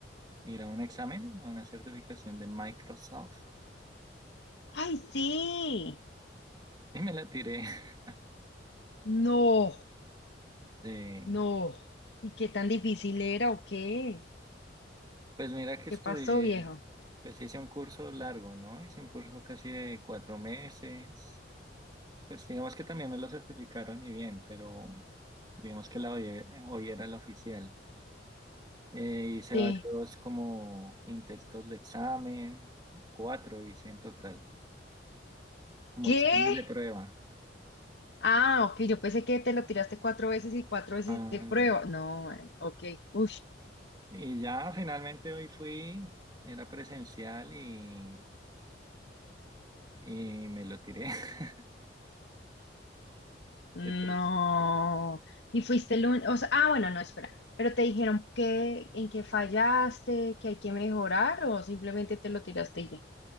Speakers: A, on the right (about 25°); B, on the left (about 70°).
A: ir a un examen, a una certificación de Microsoft
B: Ay, sí.
A: y me la tiré. <laughs>
B: No,
A: Sí.
B: no. ¿Y qué tan difícil era o qué?
A: Pues mira que
B: ¿Qué
A: estudié,
B: pasó, viejo?
A: pues hice un curso largo, ¿no? Hice un curso casi de cuatro meses. Pues digamos que también me lo certificaron y bien, pero digamos que la hoy hoy era la oficial. Eh, hice
B: Sí.
A: varios como intentos de examen, cuatro hice en total, como
B: ¿Qué?
A: exámenes de prueba.
B: Ah, ok, yo pensé que te lo tiraste cuatro veces y cuatro veces
A: Ah,
B: de prueba.
A: ya.
B: No, man, ok. Uy,
A: Y ya finalmente hoy fui, era presencial y, y me lo tiré. <laughs>
B: No.
A: Qué triste.
B: Y fuiste el único. O sea, ah, bueno, no, espera. Pero te dijeron que en qué fallaste, que hay que mejorar o simplemente te lo tiraste y ya.